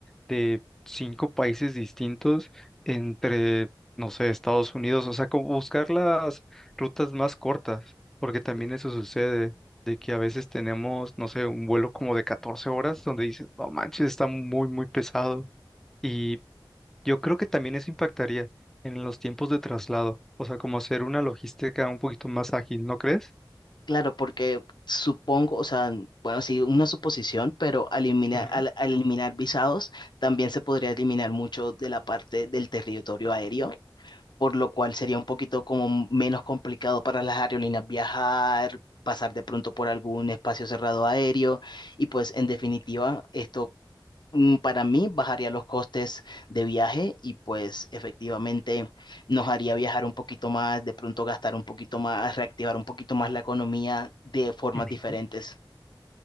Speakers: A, in the centre; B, on the left (about 60°).
A: de cinco países distintos entre, no sé, Estados Unidos, o sea, como buscar las rutas más cortas, porque también eso sucede, de que a veces tenemos, no sé, un vuelo como de 14 horas donde dices, no manches, está muy, muy pesado. y yo creo que también eso impactaría en los tiempos de traslado, o sea, como hacer una logística un poquito más ágil, ¿no crees?
B: Claro, porque supongo, o sea, bueno, sí, una suposición, pero al eliminar,
A: Ujú.
B: al, al eliminar visados, también se podría eliminar mucho de la parte del territorio aéreo, por lo cual sería un poquito como menos complicado para las aerolíneas viajar, pasar de pronto por algún espacio cerrado aéreo, y pues en definitiva, esto mm, Para mí bajaría los costes de viaje y pues efectivamente nos haría viajar un poquito más, de pronto gastar un poquito más, reactivar un poquito más la economía de formas
A: Ujú.
B: diferentes.